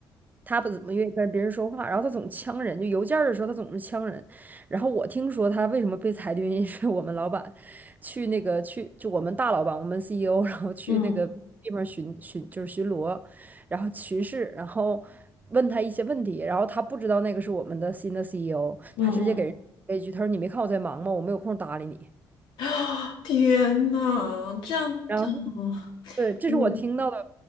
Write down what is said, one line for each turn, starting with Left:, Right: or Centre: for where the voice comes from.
Right: 她不怎么愿意跟别人说话，然后她总呛人，就邮件儿的时候她总是呛人。然后我听说她为什么被裁的原因是我们老板去那个去就我们大老板，我们 CEO，然后去那个地方巡巡就是巡逻，
Left: 嗯
Right: 然后巡视，然后问他一些问题，然后他不知道那个是我们的新的 CEO，
Left: 嗯嗯。
Right: 他直接给人了一句，他说你没看我在忙吗？我没有空搭理你。
Left: <gasps> 啊天呐，这样，
Right: 然后
Left: 嗯
Right: 对，这是我听到的
Left: 嗯，